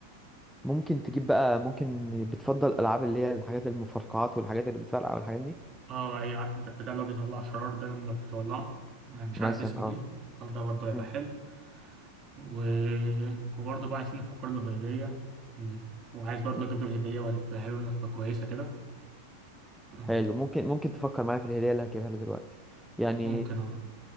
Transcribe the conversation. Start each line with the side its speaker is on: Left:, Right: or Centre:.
Centre: ممكن تجيب بقى ممكن بتفضل الالعاب اللي هي الحاجات المفرقعات والحاجات اللي بتفرقع والحاجات دي
Right: اه ايوه عارف انت البتاع اللي هو بيطلع شرار ده لما بتولعه آه، مش
Centre: مثلا
Right: عارف اسمه
Centre: اه
Right: ايه اه ده برضه هيبقى
Centre: مم.
Right: حلو و... وبرضه بقى عايزين نفكر له في هدية مم. وعايز برضه
Centre: مم.
Right: اجيب له الهدية والفها له لفة كويسة كده مم.
Centre: حلو ممكن ممكن تفكر معايا في الهدية اللي هجيبها له دلوقتي يعني
Right: ممكن اه